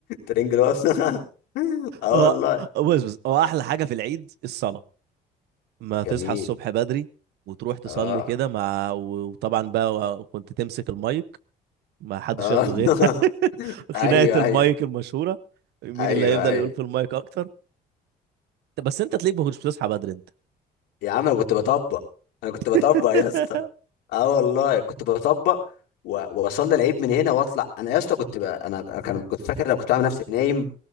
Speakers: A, on the left; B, on the right.
A: ترنج الوقفه <laughs> اه
B: هو
A: والله
B: بص بص هو احلى حاجه في العيد الصلاه ما تصحى
A: جميل
B: الصبح بدري وتروح تصلي
A: اه
B: كده مع وطبعا بقى كنت تمسك المايك ما حدش
A: اه
B: ياخده
A: <laughs>
B: غير <laughs>
A: ايوه
B: خناقه المايك
A: ايوه
B: المشهوره مين
A: ايوه
B: اللي هيفضل
A: ايوه
B: يقول في المايك اكتر بس انت تلاقيك ما كنتش بتصحى بدري انت
A: يا عم انا كنت بطبق انا كنت بطبق
B: <laughs>
A: يا اسطى اه والله كنت بطبق و- واصلي العيد من هنا واطلع انا يا اسطى كنت بقى انا أنا كان كنت فاكر لو كنت عامل نفسي نايم